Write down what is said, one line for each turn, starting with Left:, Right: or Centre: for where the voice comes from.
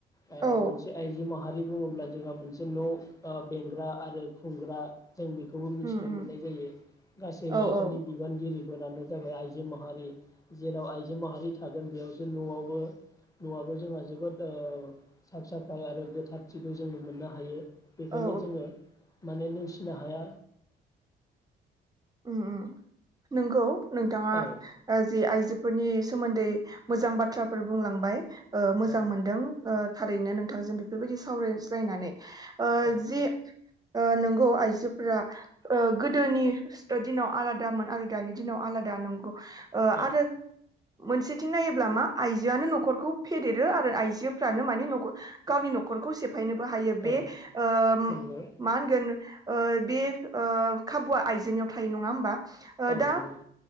Left: ओ
Right: औ
Left: मोनसे आइजो माहारि बुङोब्ला जोंहा मोनसे न' ओ बेंग्रा आरो खुंग्रा। जों बेखौबो मिथिनो
Right: उम उम
Left: मोननाय जायो गासै
Right: औ
Left: न'खरनि
Right: औ
Left: बिबानगिरि फोरानो जाबाय आइजो मा हारि जेराव आइजो जो माहारि थागोन बेयावसो न'आवबो न'आबो जोंहा जोबोद ओ साफ साफाय आरो गोथारथिखौ जोङो मोननो हायो। बेखायनो
Right: औ
Left: जोङो माने नेवसिनो हाया।
Right: उम उम नोंगौ। नोंथाङा
Left: औ
Right: ओ जि आइजो फोरनि सोमोन्दै मोजां बाथ्राफोर बुंलांबाय। ओ मोजां
Left: औ
Right: मोनदों ओ थारैनो नोंथांजों बेफोरबायदि सावरायज्लायनानै ओ
Left: औ
Right: जि ओ गौ आइजोफोरा ओ गोदोनि दिनाव आलादामोन आरो दानि दिनाव आलादा नंगौ। ओ
Left: औ
Right: आरो मोनसेथिं नायोब्ला मा आइजोआनो न'खरखौ फेदेरो आरो आइजोफ्रानो माने न'खर गावनि न'खरखौ से फायनोबो हायो
Left: औ
Right: बे ओ
Left: नंगौ
Right: मा होनगोन? ओ बे ओ खाबुआ आइजोनियाव थायो नङा होमबा? ओ
Left: औ
Right: दा
Left: नंगौ